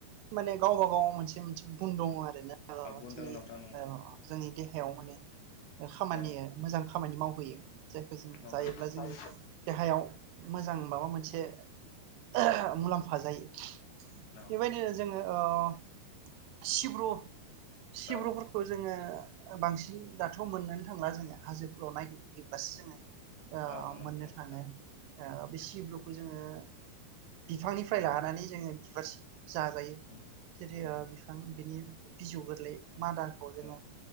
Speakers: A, on the right; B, on the left.
A: माने गावबा गाव मोनसे मोनसे गुन दङ आरो ओ
B: औ
A: अ
B: गुन
A: जोंनि
B: दङ नोंथां
A: ओ
B: नंगौ
A: जोंनि जोंनि देहायाव माने खामानि
B: औ
A: ओ मोजां खामानि मावहैयो जायखौ जों
B: नंगौ
A: जायोब्ला
B: नोंथां
A: जोंनि देहायाव मोजां माबा मोनसे ओह मुलाम्फा जायो।
B: औ
A: बेबायदिनो जोङो ओव सिब्रु सिब्रुफोरखौ
B: औ
A: जोङो ओ बांसिन दा थ मोननोनो थांला जोङो हाजोफोराव नायगिरहैयोब्लासो जोङो ओ
B: औ नंगौ
A: मोननो
B: नंगौ नोंथां
A: थाङो ओ बे सिब्रुखौ जोङो बिफांनिफ्राय
B: उम
A: लानानै जोङो बिबारसि जाजायो
B: उम
A: जेरै
B: उम
A: बिफां बिनि बिजौ गोरलै
B: उम
A: मादाखौ जोङो
B: उम